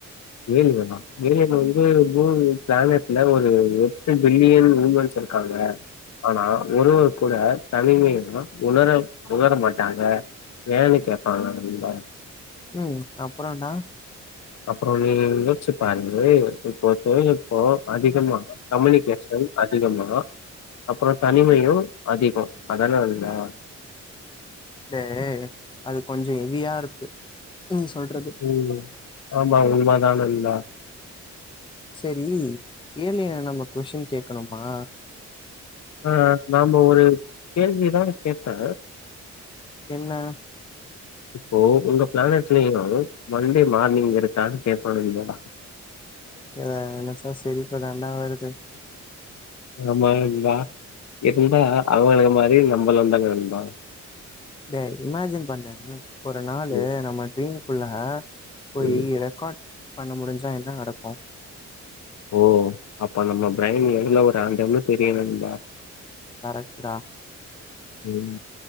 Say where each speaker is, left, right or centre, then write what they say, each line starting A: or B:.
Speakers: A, on the left; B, on the left.
A: ஏலியன்னா ஏலியன் வந்து <unintelligible> பிளானட்ல ஒரு எட்டு பில்லியன் விமன்ஸ் இருக்காங்க ஆனா ஒருவர் கூட தனிமைன்னா உணர உணர மாட்டாங்க ஏன்னு கேப்பாங்க நண்பா
B: ம் அப்றொன்டா
A: அப்பறொ நீ யோச்சு பாருங்க இப்ப தொழில் நுட் போ அதிகமா கம்முனிகேஷன் அதிகமா அப்றொ தனிமையு அதிகொ அதானா உண்ம
B: தே அது கொஞ்சொ ஹெவியா இருக்கு நீ சொல்றது
A: ம் ஆமா உண்ம தா நண்பா
B: செரி ஏலியன நம்ம கொஸ்டின் கேட்கணுமா
A: அ நம்ம ஒரு கேள்வி எதனா கேட்டா
B: என்ன
A: இப்போ உங்க பிளானட்லயு மண்டே மார்னிங் இருக்கான்னு கேக்கணு <unintelligible>
B: இத நெனச்சா சிரிப்பு தாண்டா வருது
A: ஆமா நண்பா இருந்தா அவுங்களுக் மாரியு நம்பளு தாங்க நண்பா
B: டேய் இமேஜின் பண்ணு ஒரு நாளு
A: ம்
B: நம்ம ட்ரீம்குள்ள போயி
A: ம்
B: ரெக்கார்ட் பண்ண முடுஞ்சா என்ன நடக்கு
A: ஓ அப்ப நம்ம பிரைன் எவ்ளோ ஒரு ஆண்டன்னு தெரியு நண்பா
B: கரெக்டுடா
A: ம்